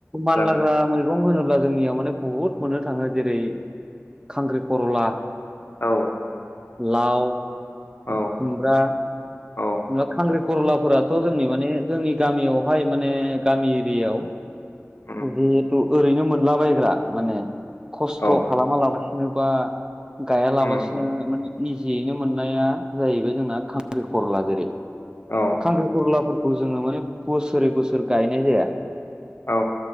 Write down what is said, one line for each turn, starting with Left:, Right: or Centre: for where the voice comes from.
Right: मान
Left: जागोन
Right: लाग्रा मैगं होनोब अब्ला जोंनियाव माने बहुद मोननो थाङो जेरै खांख्रि खरला
Left: औ
Right: लाव खुमब्रा
Left: औ औ
Right: जेनेबा खांख्रिख कररलाफोराथ' जोंनि माने जोंनि गामियावहाय माने गामि एरियायाव
Left: उम
Right: जिहेथु ओरैनो मोनला बग्रा माने खस्थ'
Left: औ
Right: खालामा लाबासिनो बा गाया लाबासो
Left: उम
Right: माने नि जियैनो मोननाया जाहैबाय जोंना खांख्रिखरला जेरै
Left: औ
Right: खांख्रिखरलाफोरखौ खौ जोङो माने बोसोरै बोसोर गायनाय जाया
Left: औ